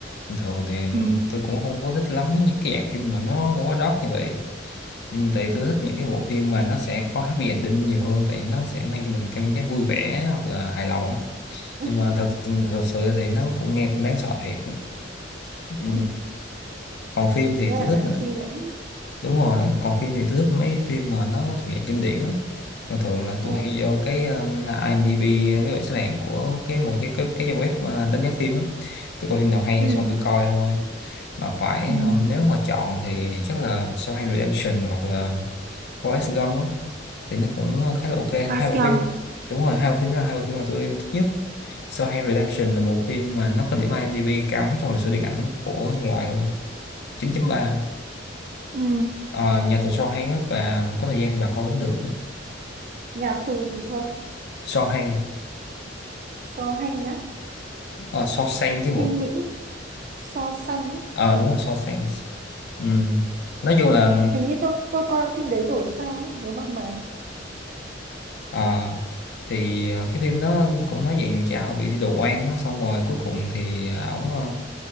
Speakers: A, on the left (about 60°); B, on the right (about 45°).
A: bình thường thì
B: ừ
A: tôi cũng không có thích lắm những cái dạng phim mà nó quá đót như vậy ừ, tại vì tôi thích những cái bộ phim mà nó sẽ có happy ending nhiều hơn tại nó sẽ mang cho mình cảm giác vui vẻ hoặc là hài lòng á nhưng
B: <laughs>
A: mà thật thật sự thì nó cũng nghe cũng đáng sợ thiệt
B: Ừ.
A: ừ. còn phim thì
B: nghĩa
A: tôi
B: là
A: thích
B: đang suy ngẫm
A: đúng rồi còn phim thì tôi thích mấy phim mà nó thuộc dạng kinh điển á thường thường là
B: ừ.
A: tôi hay vô cái um, IMDb cái bảng xếp hạng của cái một cái cái, cái trang web uh, đánh giá phim á tôi coi phim nào hay
B: ừ
A: xong tôi coi thôi mà phải
B: ừ
A: um, nếu mà chọn thì chắc là Shawshank Redemption hoặc là Forrest Gump á thì nó cũng khá là ok
B: Bascom
A: hai bộ phim đúng rồi hai bộ phim đó là hai bộ phim mà tôi thích nhất Shawshank Redemption là một phim mà nó có điểm IMDb cao nhất trong lịch sử điện ảnh của nhân loại luôn 9.3
B: ừ
A: Ờ, nhà tù Shawshank á và có thời gian thì bà coi cũng được
B: nhà tù gì cơ
A: Shawshank
B: so hành á
A: uh, Shawshank chứ bộ
B: phim Mỹ so sánh á
A: ờ đúng rồi so sánh ừ. nói chung là
B: hình như tôi tôi coi phim đấy rồi sao ấy, nhớ mang máng
A: ờ, thì cái phim nó cũng nói về cha hồi bị đi tù oan á, xong rồi cuối cùng thì ổng ờ,